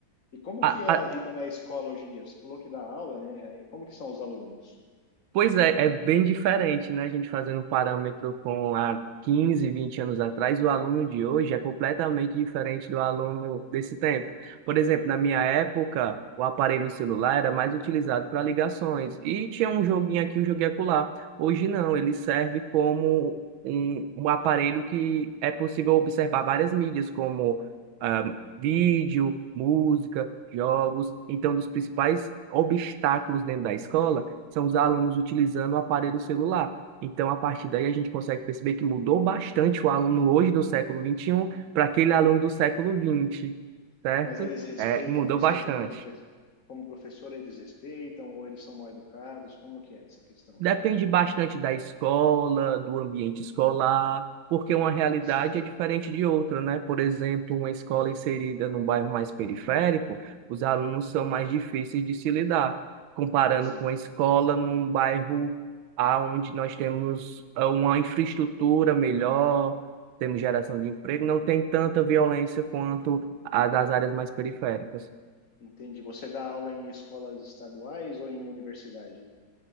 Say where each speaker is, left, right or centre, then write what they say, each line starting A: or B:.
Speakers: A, on the left; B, on the right.
A: E como
B: a-
A: que é
B: a-
A: a vida na escola hoje em dia? Você falou que dá aula, né? E Como que são os alunos?
B: Pois é, é bem diferente, né? A gente fazendo um parâmetro com há 15, 20 anos atrás, o aluno de hoje é completamente diferente do aluno desse tempo. Por exemplo, na minha época, o aparelho celular era mais utilizado para ligações e tinha um joguinho aqui, um joguinho acolá. Hoje não, ele serve como um, um aparelho que é possível observar várias mídias, como ah, vídeo, música, jogos. Então, um dos principais obstáculos dentro da escola são os alunos utilizando o aparelho celular. Então, a partir daí, a gente consegue perceber que mudou bastante o aluno hoje do século vinte e um para aquele aluno do século vinte, certo?
A: Mas eles respeitam
B: É, mudou
A: você
B: bastante.
A: como profe- como professor, eles respeitam ou eles são mal educados? Como que é essa questão
B: Depende
A: aí?
B: bastante da escola, do ambiente escolar, porque uma realidade
A: Sim,
B: é diferente de outra, né? Por exemplo, uma escola inserida num bairro mais periférico, os alunos são mais difíceis de se lidar, comparando
A: sim.
B: com a escola num bairro onde nós temos ah, uma infraestrutura melhor, temos geração de emprego, não tem tanta violência quanto a das áreas mais periféricas.
A: Entendi. Você dá aula em escolas estaduais ou em universidade?